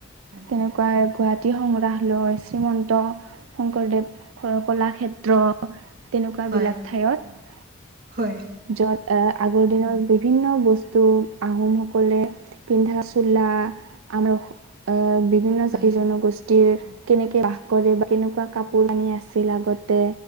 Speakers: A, on the right; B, on the right.
A: হয়
B: তেনেকুৱা
A: হয়
B: গুৱাহাটী জতি সংগ্ৰাহালয় শ্ৰীমন্ত শংকৰদেৱ কলাক্ষেত্ৰ তেনেকুৱা
A: হয়
B: বিলাক ঠাইত
A: হয়
B: য'ত আহ আগৰ দিনত বিভিন্ন বস্তু আহোমসকলে পিন্ধা চোলা আৰু বিভিন্ন
A: হয়
B: জাতি জনগোষ্ঠী কেনেকে বাস কৰে বা কেনেকুৱা কাপোৰ কানি আছিল আগতে